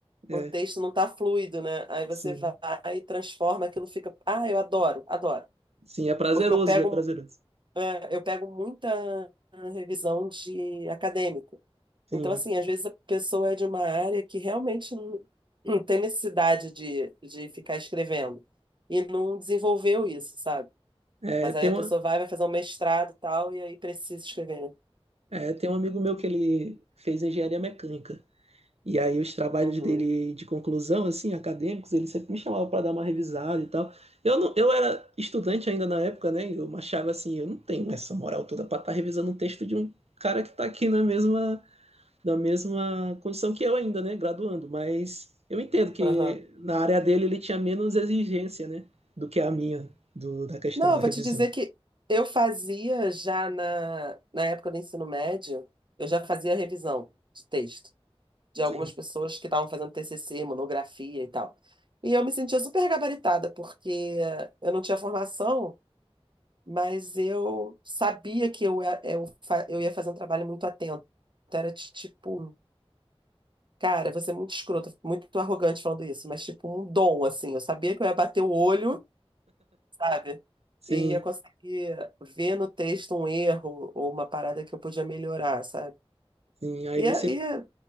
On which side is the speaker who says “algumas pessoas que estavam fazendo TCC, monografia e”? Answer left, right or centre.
Right